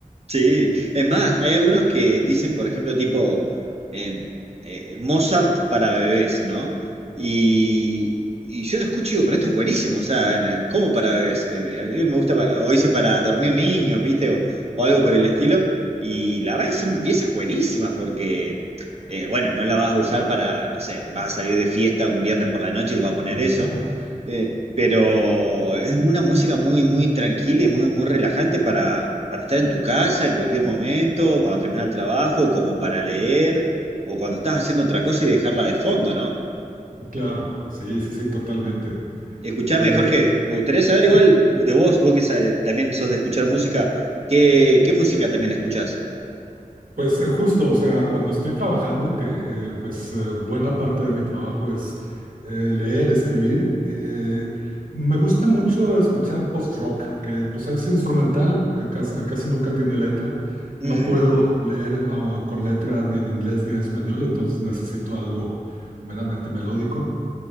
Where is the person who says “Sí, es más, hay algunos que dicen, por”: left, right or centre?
Right